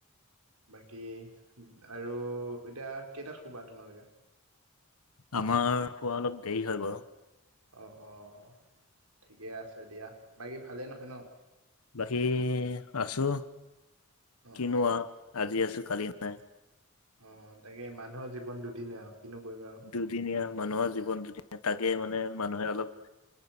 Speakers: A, on the right; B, on the left.
A: বাকী আৰু এতিয়া কেইটাত শুবা তোমালোকে?
B: আমাৰ শুৱা অলপ দেৰি হয় বাৰু।
A: অঁ অঁ ঠিকে আছে দিয়া বাকী ভালেই নহয় ন।
B: বাকী আছো
A: অঁ
B: কিনোৱা
A: অঁ
B: আজি আছো কালি নাই।
A: অ তাকে মানুহৰ, জীৱন দুদিনে আৰু কিনো কৰিবা। আৰু
B: দুদিনীয়া মানুহৰ জীৱন দুদিনীয়া তাকে মানে মানুহে অলপ